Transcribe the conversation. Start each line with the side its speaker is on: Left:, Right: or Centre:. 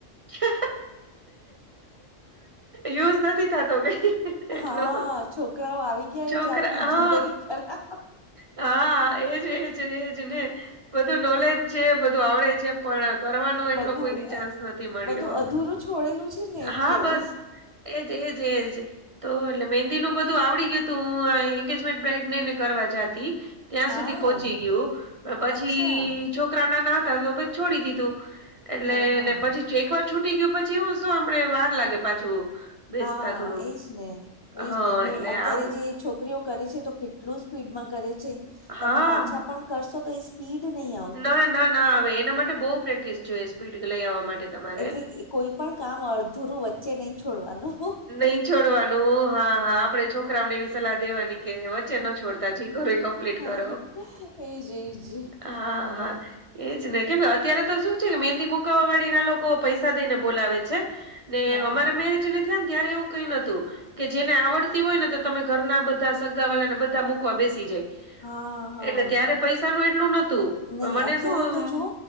Right: છે યુઝ નથી થતો કઈ
Left: હા
Right: એટલો
Left: છોકરાઓ આવી ગયા
Right: છોકરા
Left: એટલે આપણી
Right: હા
Left: જિંદગી ખરાબ
Right: હા એજ એજ એજ ને બધું નોલેજ છે બધું આવડે છે કરવાનો એટ
Left: બધું
Right: કોઈ ચાન્સ નથી મળ્યો
Left: બધું અધૂરું છોડેલું છે ને એટલે
Right: હા બસ એજ એજ એજ. તો એટલે મેંદીનું બધું આવડી ગયું હતું હું એંગેજમેન્ટ બ્રાઈડ નેને કરવા જાતી. ત્યાં
Left: હા
Right: સુધી પહોંચી ગયું પછી
Left: અચ્છા
Right: છો છોકરા ના તો પછી છોડી દીધું એટલેને
Left: હા હા
Right: પછી એક વાર છૂટી ગયું. પછી હું શું આપડે વાર લાગે પાછું. બેસતા
Left: હા,
Right: થોડુંક
Left: એજ ને એજ
Right: હા
Left: ને
Right: એટલે
Left: અત્યારે
Right: આવું
Left: જે છોકરીઓ કરે છે તો કેટલું સ્પીડમાં કરે છે
Right: હા
Left: તમે પાછા પણ કરશો તો એ સ્પીડની
Right: ના ના ના, આવે એના માટે બહુ પ્રેક્ટિસ જોઈએ સ્પીડ લઈ આવવા માટે. તમારે
Left: એટલે કોઈ પણ કામ અડધુરું વચ્ચે નઈ છોડવાનું.
Right: નઈ છોડવાનું હા હા, આપડે છોકરાઓને એવી સલાહ દેવાની કે વચ્ચે ન છોડ કમ્પ્લીટ
Left: હા
Right: કરો
Left: એજ એજ
Right: હા, હા. એજ ને કેમ અત્યારે તો શું છે મહેંદી મુકવા વાળીના લોકો પૈસા દઈને બોલાવે છે. ને
Left: હા
Right: અમારે
Left: હા
Right: મેરેજને થયા ને ત્યારે એવું કઈ નતું કે જેને આવડતી હોય ને તો તમે ઘરના બધા સગા વાલાને બધા મુકવા બેસી જાય.
Left: હા હા
Right: એટલે ત્યારે પૈસાનું એટલું નતું
Left: નહીં
Right: મને
Left: અત્યારે
Right: શું
Left: તો જુઓ